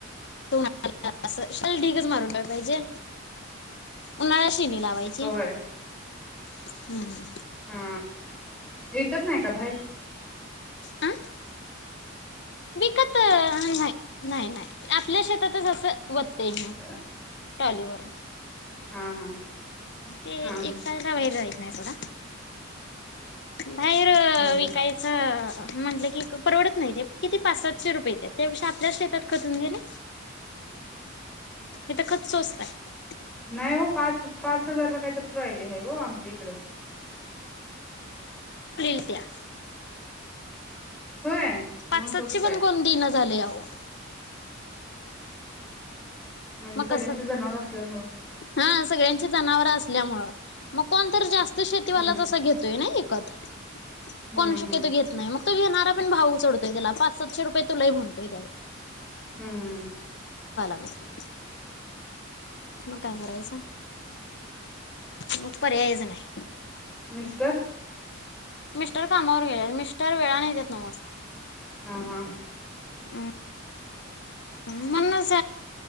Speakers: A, on the left; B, in the centre.
A: ऊ-ऊ-ना-ना ला असं शेल ढीगच मारून ठेवायला पाहिजे. उनाल्याशि िणी लावायची...
B: होय
A: हम्म...
B: हा ऐकत नाही का बाहेर.
A: हम विकत नाही नाही नाही..... आपल्या शेतातच असं... वते नेऊन..
B: हा
A: ट्रॉलीवर
B: हा हा
A: ते
B: हा हम्म
A: एका वेळेला राहील नाही सोडा बाहेर
B: हम्म
A: विकायचं म्हटलं की परवडत नाही ते किती पाच सातशे रुपये येत्यात् त्यापेक्षा... इथं शेतात खतून घेणे हे खत स्वस्त आहे....
B: नाही ओ पाच पाच हजारला काहीत ट्रॉलीआहे हो आमच्या इकडं
A: कट्या
B: होय
A: पाच
B: मग
A: सातशे
B: स्वस्त आहे
A: पण कोण देईना ना झालयं हो
B: म्हणजे
A: मग
B: सगळ्यांची
A: कस
B: जनावर असल्यामुळं
A: हा सगळ्यांची जनावर असल्यामुळे मग कोणतर जास्त..... शेतीवाला
B: हम्म
A: च असं घेतोय नाही कत
B: हम्म
A: कोण शक्य
B: हम्म
A: तो घेत नाही मग तो घेणारा... पटकन भाव चडतो त्याला पाच सातशे रुपये तो लय म्हणतोय...
B: हम्म
A: <unintelligible> मग काय करायचं मग पर्यायच नाही....
B: मिस्टर
A: मिस्टर कामावर गेलेत मिस्टर वेळाने येतात नऊ वाजता
B: हा हा
A: हम्म म्हणूनच